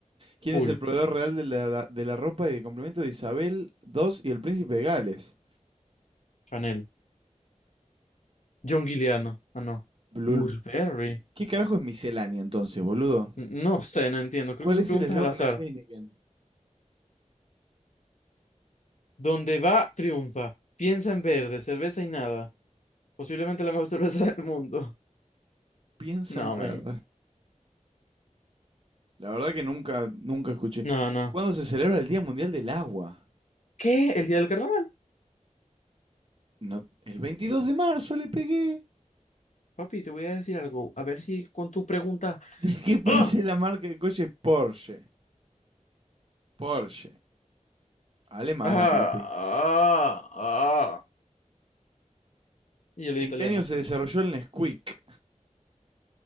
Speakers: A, on the right; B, on the left.
A: ¿Quién
B: Cool.
A: es el proveedor real de la, de la ropa y de complemento de Isabel dos y el príncipe de Gales?
B: Chanel. John Guiliano. Ah, no.
A: Blul.
B: Burberry.
A: ¿Qué carajo es miscelánea entonces, boludo?
B: N- No sé, no entiendo. Creo
A: ¿Cuál
B: que son
A: es
B: preguntas
A: el eslogan
B: al azar.
A: de Heineken?
B: Donde va, triunfa. Piensa en verde, cerveza y nada. Posiblemente la mejor <laughs> cerveza del mundo.
A: Piensa
B: No,
A: en verde.
B: man.
A: La verdad que nunca, nunca escuché.
B: No, no.
A: ¿Cuándo se celebra el Día Mundial del Agua?
B: ¿Qué? ¿El día del carnaval?
A: No, el 22 de marzo le pegué.
B: Papi, te voy a decir algo. A ver si con tus preguntas.
A: <laughs> ¿De qué país
B: ¡Ah!
A: es la marca de coches Porsche? Porsche. Alemana,
B: ¡Ah!
A: papi.
B: ¡Ah! ¡Ah! Y yo le
A: ¿En
B: di italiana.
A: qué año se desarrolló el Nesquik?